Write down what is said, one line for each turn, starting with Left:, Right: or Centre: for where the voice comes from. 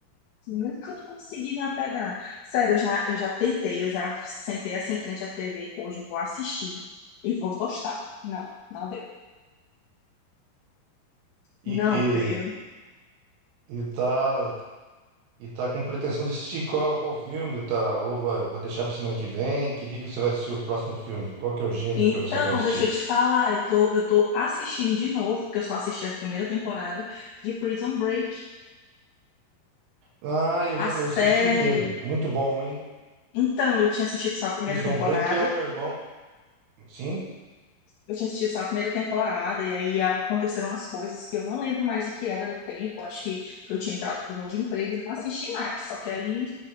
Left: nunca consegui me apegar. Sério, eu já, eu já tentei, eu já sentei assim em frente à TV. Hoje eu vou assistir e vou gostar. Não, não deu.
Right: e,
Left: Não
Right: e,
Left: deu.
Right: e tá, e tá com pretensão de assistir qual, qual filme, tá? Ou vai, vai deixar pra semana que vem? Que dia que você vai assistir o próximo filme? Qual que é o gênero
Left: Então,
Right: que você vai assistir?
Left: deixa eu te falar, eu tô, eu tô assistindo de novo, porque eu só assisti a primeira temporada de Prison Break,
Right: Ah, eu
Left: a
Right: já
Left: série.
Right: eu assisti inteiro. Muito bom, hein?
Left: Então, eu tinha assistido só a primeira
Right: Prison
Left: temporada.
Right: Break é o irmão. Sim.
Left: Eu tinha assistido só a primeira temporada, e aí aconteceram umas coisas que eu não lembro mais o que era no tempo. Acho que eu tinha entrado no novo emprego e não assisti mais. Só que aí